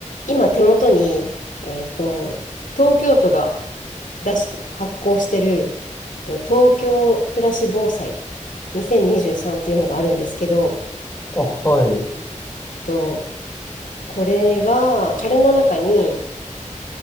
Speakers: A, on the left; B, on the left.
A: 今手元に、えっと、東京都が出し、発行してる、と東京暮らし防災2023っていうのがあるんですけど、
B: あ、はい。
A: と、これが、これの中に、